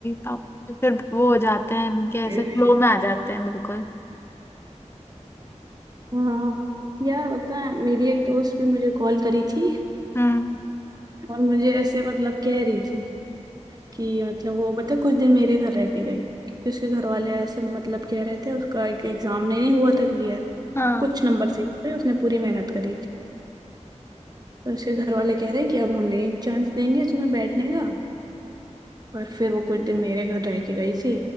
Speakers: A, on the left; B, on the right.
A: पापा फिर वो हो जाते हैं इनके ऐसे
B: आए
A: फ्लो में आ जाते हैं बिल्कुल
B: हाँ यार पता है मेरी एक दोस्त भी मुझे कॉल करी थी
A: हम्म
B: और मुझे ऐसे मतलब कह रही थी कि मतलब वो पता है, कुछ दिन मेरे घर रह के गई क्योंकि उसके घर वाले ऐसे मतलब कह रहे थे उसका एक एग्जाम नहीं हुआ था क्लियर
A: हाँ
B: और कुछ नंबर से पे उसने पूरी मेहनत करी थी तो उसके घर वाले कह रहे हैं कि अब हम नहीं चांस देंगे तुम्हें बैठने का और फिर वो कुछ दिन मेरे घर रह के गई थी